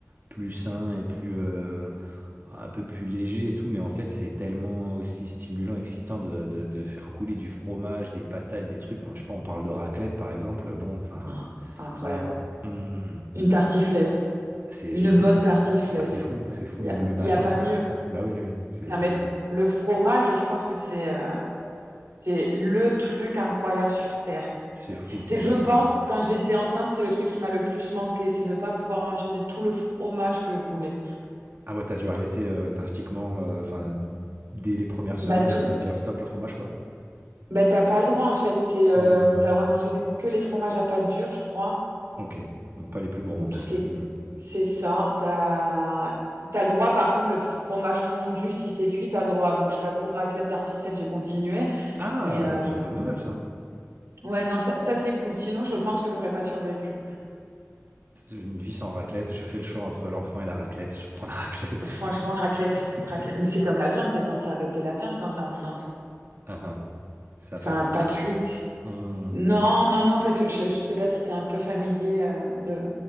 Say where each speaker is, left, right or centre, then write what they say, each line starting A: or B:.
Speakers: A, on the right; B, on the right.
A: plus sain et plus euh, un peu plus léger et tout, mais en fait c'est tellement aussi stimulant, excitant de, de- de faire couler du fromage, des patates, des trucs. Enfin, je sais pas, on parle de raclette par exemple. Bon, enfin,
B: Ah, incroyable.
A: voilà quoi. Mm, mm, mm.
B: Une tartiflette,
A: C'est
B: une
A: c'est fou.
B: bonne tartiflette.
A: Bah c'est fou, c'est fou
B: Il
A: même
B: y a,
A: le matin
B: y a pas
A: quoi.
B: mieux.
A: Bah oui, oui, oui, c'est
B: Non, mais le fromage, je pense que c'est euh, c'est le truc incroyable sur Terre.
A: c'est fou le fromage.
B: C'est, je pense, quand j'étais enceinte, c'est le truc qui m'a le plus manqué, c'est de pas pouvoir manger de tout le fromage que je voulais.
A: Ah ouais, t'as dû arrêter euh, drastiquement, euh, enfin dès les premières semaines,
B: Bah, tout,
A: euh, te dire stop le fromage quoi.
B: bah, t'as pas le droit, en fait. C'est, euh,
A: Mm.
B: t'as le droit de manger des- que les fromages à pâte dure, je crois.
A: Ok, donc pas les plus gourmands
B: Donc,
A: quoi.
B: tout ce qui est,
A: Mm.
B: c'est ça. T'as, t'as le droit, par contre, le fromage fondu, si c'est cuit, t'as le droit. Donc, je t'avoue, raclette, tartiflette, j'ai continué.
A: Ah,
B: Mais, euh,
A: c'est une bonne nouvelle ça.
B: Ouais, non, ça, ça, c'est cool. Sinon, je pense que j'aurais pas survécu.
A: Une vie sans raclette, je fais le choix entre l'enfant et la raclette. Je prends la raclette.
B: Franchement, raclette,
A: <laughs>
B: raclette. Mais c'est comme la viande, t'es censée arrêter la viande quand t'es enceinte.
A: Ah ah, ça n'a pas
B: Enfin,
A: été le
B: pas
A: cas.
B: cuite.
A: Hmm.
B: Non, non, non, parce que je, je sais pas si t'es un peu familier euh, de,